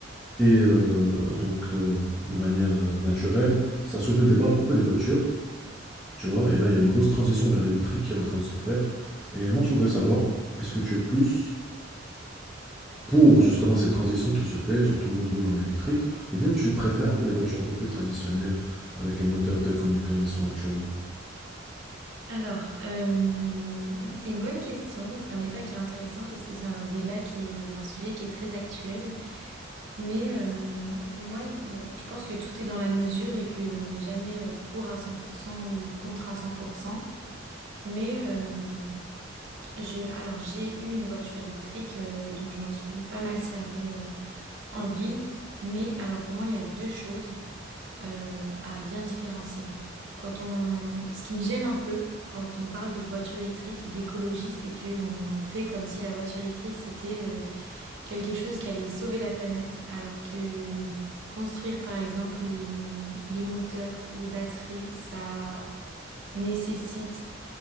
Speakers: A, in the centre; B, on the right.
A: et euh, donc euh, de manière euh, naturelle. Ça a soulevé le débat à propos des voitures. Tu vois, et là, il y a une grosse transition vers l'électrique qui est en train de se faire. Et moi, je voudrais savoir, est-ce que tu es plus pour justement cette transition qui se fait, genre tout le monde roule en électrique, ou bien tu préfères un peu les voitures un peu plus traditionnelles avec les moteurs tels que nous le connaissons actuellement?
B: Alors, euh, c'est une bonne question et c'est un débat qui est intéressant parce que c'est un débat qui est un sujet qui est très actuel. Mais euh, moi, il- bon, je pense que tout est dans la mesure et qu'on n'est jamais euh, pour à 100% ou contre à 100%. Mais euh, je, alors, j'ai eu une voiture électrique, euh, donc je m'en suis pas mal servie euh, en ville. Mais alors, pour moi, il y a deux choses. euh, à bien différencier. Quand on, ce qui me gêne un peu quand on parle de voiture électrique et d'écologie, c'est que on fait comme si la voiture électrique c'était euh, quelque chose qui allait sauver la planète, alors que hum, construire par exemple les, hum, les moteurs, les batteries, ça nécessite